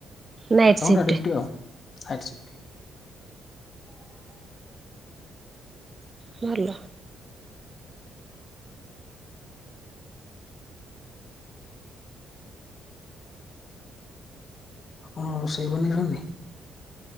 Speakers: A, on the right (about 30°); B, on the left (about 45°).
A: ନାଇଟ୍
B: ଆଠ ଘଣ୍ଟା
A: ସିଫ୍ଟ
B: ଡିଉ୍ଟି ଆଉ ନାଇଟ ସିପ୍ଟ।
A: ଭଲ।
B: ଆପଣ ରୋଷେଇ ବନେଇ ଯାଣନ୍ତି।